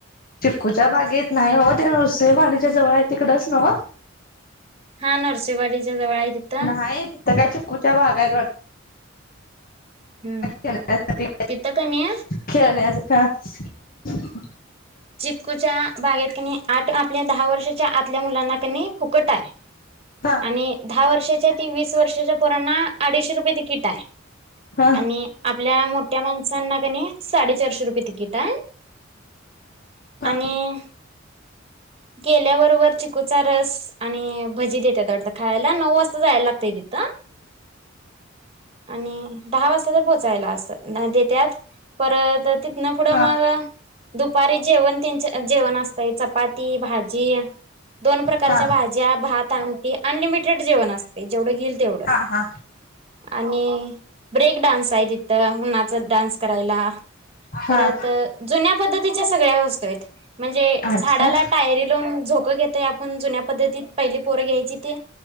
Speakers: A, on the left (about 45°); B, on the right (about 30°).
A: चिकूच्या बागेत नाही होत.. नरसे वाडीच्या जवळ आहे तिकडच ना...
B: हा नरसेवाडीच्या जवळ... तिथं
A: नाही तिथं काय चिक्कूच्या बागा आहेत वाढत...
B: हम्म
A: खेण्या
B: तिथं कणी
A: खेळण्यासाठी... फ
B: चिक्कूच्या बागेत क आठ आपल्या दहा वर्षाच्या आल्या मुलांना कनी फुकट आहे...
A: हा
B: आणि दहा वर्षाच्या त वीस वर्षाच्या पोरांना अडीचशे रुपयेची किट आहे...
A: हा
B: आणि आ.. आपल्या मोठ्या माणसांना क साडे चारशे रुपये तिकट आहे....
A: का?
B: आणि गेल्याबरोबर चिकूचा रस... आणि भजी देतात होय वाढत खायला नऊ वाजता जायला लागतय तिथं... आणि दहा वाजता तर पोहोचायला अस देतत परत त... तिथून पुढे
A: हा
B: मग दुपारी जेवण तेच जेवण असते चपाती भाजी... दोन प्रकारच्या
A: हा
B: भाज्या भात आणी अनलिमिटेड जेवण असते जेवण असतय.... तेवढ
A: हा
B: आणि ब्रेक डान्स आहे तिथ... उन्हाचा डान्स करायला
A: हा
B: परत
A: हा
B: जुन्या... पद्धतीच्या सगळ्या वस्तू आहेत.... म्हणजे
A: आहेत
B: झाडाला
A: काय
B: टायरी लावून झोकं घेते आपण जुन्या पद्धतीत पहिली पोरं घ्यायची ते...